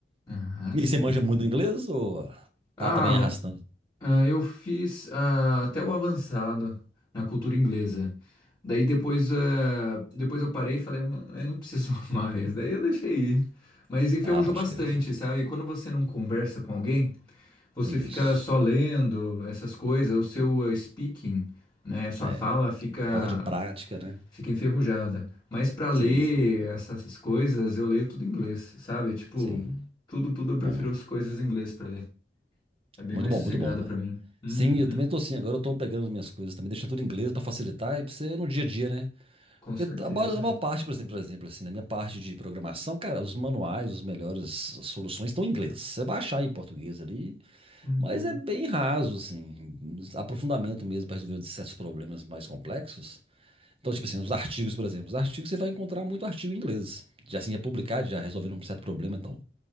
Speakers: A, on the left; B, on the right.
A: Ah,
B: E
A: sim.
B: você manja muito inglês ou
A: Ah,
B: tá também arrastando?
A: Ah, eu fiz ah, até o avançado na cultura inglesa. Daí depois, ah, depois eu parei e falei, "Não, eu não preciso <laughs> mais. Daí eu deixei ir. Mas enferrujou
B: Ah, pode
A: bastante,
B: crer.
A: sabe? Quando você não conversa com alguém, você
B: Isso.
A: fica só lendo essas coisas, o seu ah, speaking, né? Sua
B: É.
A: fala fica,
B: A falta de prática, né?
A: fica enferrujada. Mas para
B: Sim,
A: ler
B: sim.
A: essas coisas, eu leio tudo em inglês, sabe? Tipo,
B: Sim.
A: tudo, tudo eu prefiro
B: Bom.
A: as coisas em inglês para ler. É bem
B: Muito
A: mais
B: bom,
A: sossegado
B: muito bom. né?
A: para mim. Uhum.
B: Sim, eu também tô assim. Agora eu tô pegando as minhas coisas também, deixando tudo em inglês pra facilitar e pra você no dia a dia, né?
A: Com
B: Porque
A: certeza.
B: a maior, a maior parte, por exemplo, por exemplo, assim, na minha parte de programação, cara, os manuais, os melhores soluções estão em inglês. Você vai achar em português ali,
A: Uhum,
B: mas é bem raso, assim. Aprofundamento mesmo pra resolver certos problemas mais complexos. Então, tipo assim, os artigos, por exemplo. Os artigos você vai encontrar muito artigo em inglês. Já assim, já é publicado, já resolvendo um certo problema e tal.